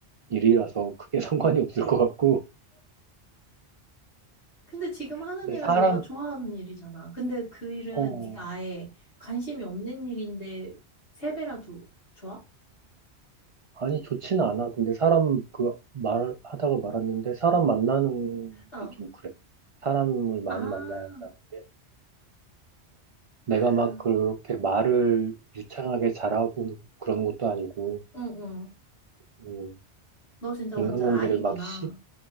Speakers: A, on the right; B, on the left.
A: 일이라서 크게 <laughs> 상관이 없을 것 같고.
B: 근데 지금 하는
A: 근데
B: 일은
A: 사람,
B: 너가 좋아하는 일이잖아. 근데 그 일은
A: 어,
B: 네가 아예 관심이 없는 일인데 세 배라도 좋아?
A: 아니, 좋지는 않아. 근데 사람, 그, 말, 하다가 말았는데, 사람 만나는
B: 어.
A: 게 좀 그래. 사람을 많이
B: 아,
A: 만나야 한다는 게, 내가
B: 그,
A: 막 그렇게 말을 유창하게 잘하고 그런 것도 아니고,
B: 응, 응.
A: 음,
B: 너 진짜
A: 인간관계를
B: 완전 아이구나.
A: 막 쉽,